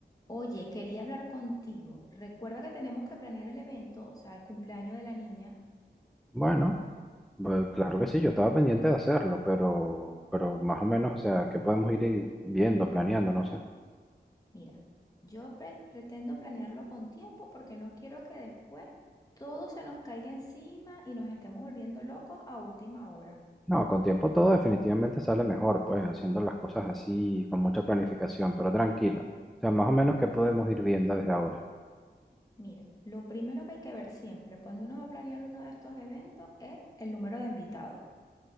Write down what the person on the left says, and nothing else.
Oye, quería hablar contigo. Recuerda que tenemos que planear el evento, o sea, el cumpleaños de la niña.
Mira, yo pre- pretendo planearlo con tiempo porque no quiero que después todo se nos caiga encima y nos estemos volviendo locos a última hora.
Mira, lo primero que hay que ver siempre cuando uno va a planear uno de estos eventos es el número de invitados.